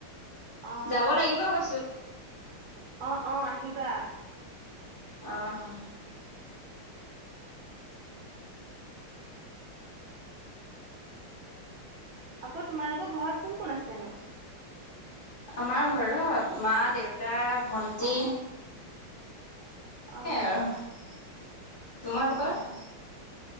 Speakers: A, on the right; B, on the left.
A: অ
B: যাব লাগিব কৈছোঁ।
A: অ', - অ', আহিবা।
B: অ',।
A: <inaudible> আকৌ তোমালোকৰ ঘৰত কোন, কোন আছেনো?
B: আমাৰ ঘৰত! মা-দেউতা, ভণ্টি।
A: অ অ',
B: আৰু।
A: -
B: তোমালোকৰ?
A: অ',।